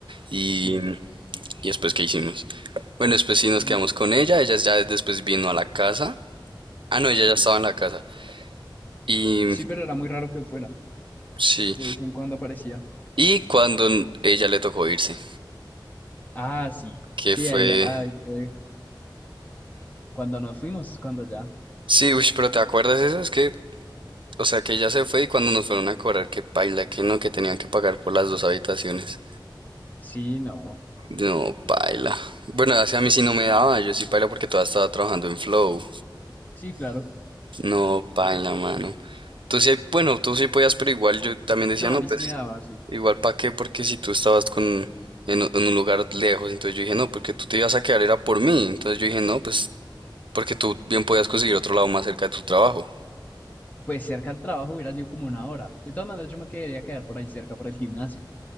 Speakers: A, on the right (about 90°); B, on the left (about 20°).
A: Y.
B: Sí,
A: ¿Y después qué hicimos? Bueno, después sí nos
B: mm,
A: quedamos con ella. Ella ya después vino a la casa. Ah, no, ella
B: sí,
A: ya estaba en la casa. Y
B: sí, pero era muy raro que fuera.
A: sí.
B: De vez en cuando aparecía.
A: Y cuando ella le tocó irse,
B: Ah, sí,
A: que
B: sí,
A: fue...
B: ahí ya, ay, fue cuando nos fuimos, cuando ya.
A: Sí, uy, pero ¿te acuerdas eso? Es que, o sea, que ella se fue y cuando nos fueron a cobrar, que paila, que no, que tenían que pagar por las dos habitaciones.
B: Sí, no,
A: No, paila. Bueno, así a mí sí no me daba, yo sí paila porque todavía estaba trabajando en Flow.
B: sí, claro.
A: No, paila, mano. Tú sí, bueno, tú sí podías, pero igual yo también decía,
B: No,
A: no,
B: a mí
A: pues,
B: sí me daba sí
A: igual para qué, porque si tú estabas con, en, un en un lugar lejos, entonces yo dije, no, porque tú te ibas a quedar era por mí. Entonces yo dije, no, pues, porque tú bien podías conseguir otro lado más cerca de tu trabajo.
B: Pues cerca al trabajo hubiera sido como una hora. De todas maneras, yo me quería quedar por ahí cerca para el gimnasio.